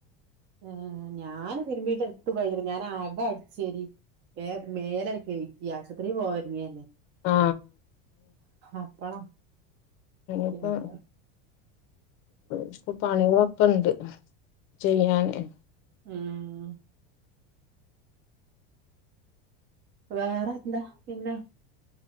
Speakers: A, on the right; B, on the left.
A: ഏ ഞാന് തിരുമ്പീട്ട് എത്തു കഴിഞ്ഞില്ല ഞാൻ ആകെ അടിച്ചേരി വേ മേലട് കഴികി ആശൂത്രീ പോവാനൊരുങ്ങല്ലേ
B: ആ
A: അപ്പളാ
B: ഇപ്പൊ
A: പിന്നെ
B: ഇപ്പ പണിക കണ്ട് ചെയ്യാന്
A: ഉം വേറെ എന്താ പിന്നെ